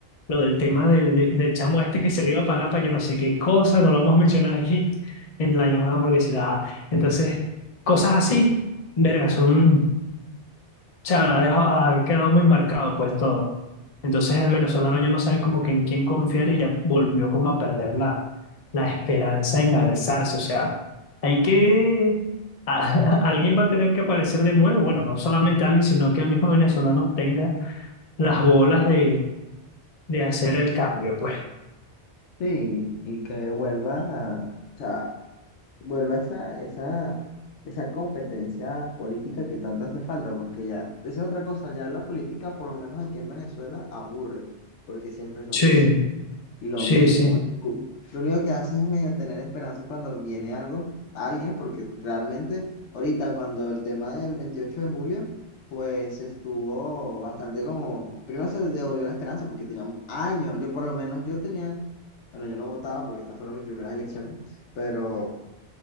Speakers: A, on the left; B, on the left.
A: lo del tema del, del, del chamo este que se le iba a pagar para yo no sé qué cosa, no lo vamos a mencionar aquí en la llamada porque si la... Entonces... Cosas así, verga, son, o sea, ha, dejado- ha quedado muy marcado pues todo. Entonces el venezolano ya no sabe como que en quién confiar y ya volvió como a perder la, la esperanza en alzarse. O sea, hay que, a- <laughs> alguien va a tener que aparecer de nuevo. Bueno, no solamente alguien, sino que el mismo venezolano tenga las bolas de, de hacer el cambio, pues.
B: Sí, y que vuelva, o sea, vuelva esa, esa, esa competencia política que tanto hace falta, porque ya, esa es otra cosa, ya la política, por lo menos aquí en Venezuela, aburre, porque siempre es lo
A: Sí,
B: mismo, y lo
A: sí,
B: mismo.
A: sí.
B: y cu- Lo único que hacen es medio tener esperanza cuando viene algo, alguien, porque realmente ahorita cuando el tema del 28 de julio, pues estuvo bastante como, primero se devolvió la esperanza porque teníamos años, yo por lo menos yo tenía, bueno, yo no votaba porque estas fueron mis primeras elecciones, pero...